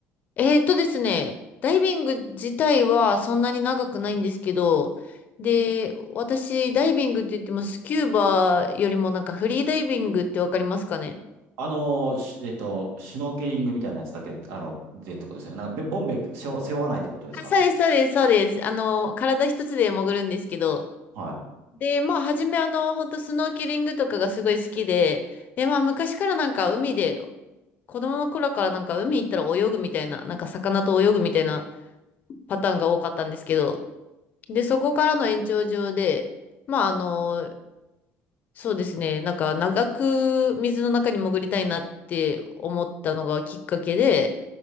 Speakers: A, on the left; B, on the right.
A: えーっとですね、ダイビング自体はそんなに長くないんですけど、で、私、ダイビングって言ってもスキューバよりもなんかフリーダイビングってわかりますかね
B: あの、しえっと、シュノーケリングみたいなやつだけ、あの、でってことですよね。なんか、べボンベ背負、背負わないってことですか
A: あ、そうです、そうです、そうです。あの、体一つで潜るんですけど、
B: はい。
A: で、まあ、初めあの、本当スノーケリングとかがすごい好きで、で、まあ、昔からなんか海で、子供の頃からなんか海行ったら泳ぐみたいな、なんか魚と泳ぐみたいなパターンが多かったんですけど、で、そこからの延長上で、まあ、あの、そうですね、なんか長く水の中に潜りたいなって思ったのがきっかけで、